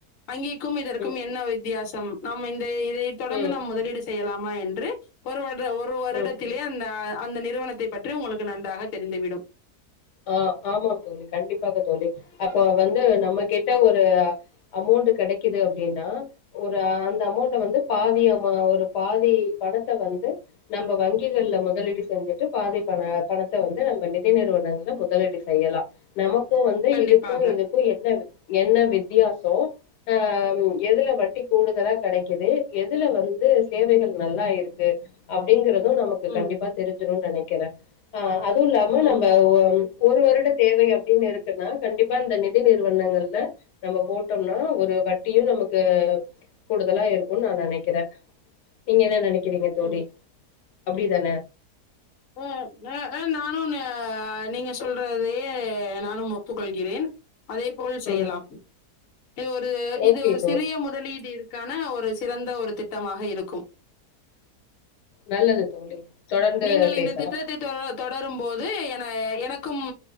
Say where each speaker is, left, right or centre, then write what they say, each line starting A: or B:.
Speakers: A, on the left; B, on the left.
A: வங்கிக்கும் இதற்கும்
B: ம்
A: என்ன வித்தியாசம் நம் இந்த இதை தொடர்ந்து
B: ம்
A: நாம் முதலீடு செய்யலாமா என்று ஒரு வருட ஒரு வருடத்திலே
B: ம் ம்
A: அந்த அந்த நிறுவனத்தை பற்றி உங்களுக்கு நன்றாக தெரிந்துவிடும்
B: ஆ ஆமாம் தோழி கண்டிப்பாக தோழி அப்போ வந்து நம்ம கிட்ட ஒரு அமௌண்ட் கெடைக்குது அப்டீன்னா ஒரு அந்த அமௌண்ட வந்து பாதி ஆமா ஒரு பாதி பணத்த வந்து நம்ம வங்கிகள்ல முதலீடு செஞ்சுட்டு பாதி பண பணத்த வந்து நம்ம நிதி நிறுவனங்கள்ல முதலீடு செய்யலா நமக்கோ வந்து
A: கண்டிப்பாக.
B: இதுக்கு இதுக்கு என்ன என்ன வித்தியாசோ ஆ எதுல வட்டி கூடுதலா கெடைக்குது எதுல வந் து சேவைகள்
A: ம்.
B: நல்லா இருக்கு அப்படிங்கறதும் நமக்கு
A: ம்.
B: கண்டிப்பா தெரிஞ்சுறோனு நெனைக்கிறே ஆ அதுவு இல்லாம
A: ம்.
B: நம்ம ஒ ம் ஒரு வருட தேவை அப்டீன்னு இருக்குன்னா கண்டிப்பா இந்த நிதி நிறுவனங்கள்ல நம்ம போட்டோம்னா ஒரு வட்டியு நமக்கு கூடுதலா இருக்கோனு நா நெனைக்கிறே நீங்க என்ன நெனைக்கிறீங்க தோழி
A: ம்.
B: அப்படி தான
A: ஓ அ ஆ நானு நா நீங்க சொல்றதையே நானும் ஒப்புக்கொள்கிறேன் அதே போல் செய்யலாம்
B: ம்
A: இது ஒரு
B: ஓகே
A: இது ஒரு
B: தோ
A: சிறிய முதலீடு இருக் கான ஒரு சிறந்த ஒரு திட்டமாக இருக்கும்
B: நல்லது தோழி தொடர்ந்து
A: நீங்கள்
B: பேசலாம்
A: இந்த திட்டத்தை தொ தொடரும்போது என எனக்கு